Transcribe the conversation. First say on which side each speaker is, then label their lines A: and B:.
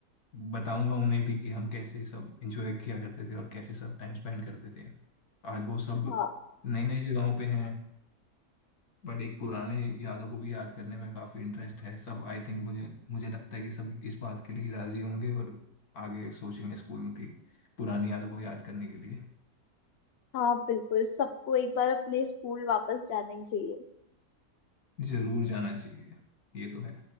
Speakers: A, on the left; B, on the left.
A: बताऊंगा उन्हें भी कि हम कैसे सब इंजॉय किया करते थे और कैसे सब टाइम स्पेंड करते थे आज वो सब
B: हाँ
A: नई नई जगहों पे हैं बट एक पुराने यादों को भी याद करने में काफी इंटरेस्ट है सब आई थिंक मुझे मुझे लगता है कि सब इस बात के लिए राजी होंगे और आगे सोचेंगे स्कूल की पुरानी यादों को याद करने के लिए
B: हाँ बिल्कुल सबको एक बार अपने स्कूल वापस जाना ही चाहिए
A: जरूर जाना चाहिए ये तो है